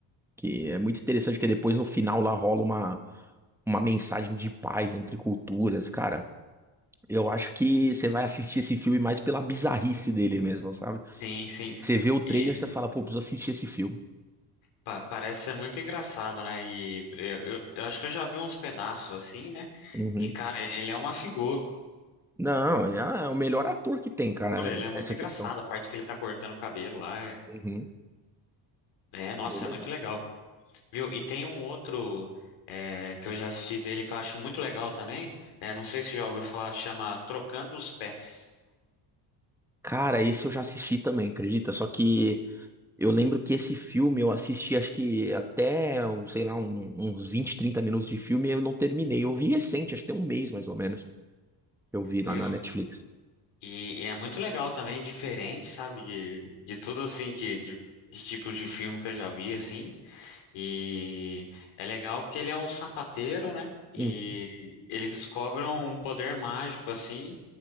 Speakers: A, in the centre; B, on the left.
A: que é muito interessante, porque depois no final lá rola uma, uma mensagem de paz entre culturas, cara. Eu acho que você vai assistir esse filme mais pela bizarrice dele mesmo, sabe?
B: sim, sim.
A: Você vê o trailer
B: E
A: e você fala, pô, preciso assistir esse filme.
B: pa- parece ser muito engraçado, né? E eu, eu, eu acho que eu já vi uns pedaços assim, né?
A: Uhum.
B: E, cara, ele é uma figura,
A: Não, é, ah, é o melhor ator que tem, cara,
B: ele é muito
A: Essa
B: engraçado.
A: questão.
B: A parte que ele tá cortando o cabelo lá é,
A: Uhum,
B: é, nossa,
A: é bem legal.
B: é muito legal. Viu? E tem um outro é, que eu já assisti dele que eu acho muito legal também. É, não sei se já ouviu falar, chama Trocando os Pés.
A: Cara, esse eu já assisti também, acredita? Só que eu lembro que esse filme eu assisti, acho que até, um, sei lá, um- uns 20, 30 minutos de filme e eu não terminei. Eu vi recente, acho que tem um mês mais ou menos, que eu vi lá
B: Viu?
A: na Netflix.
B: E, e é muito legal também, diferente, sabe? De, de tudo assim que de, de tipos de filme que eu já vi, assim. E é legal porque ele é um sapateiro, né? E
A: Uhum,
B: ele descobre um poder mágico, assim,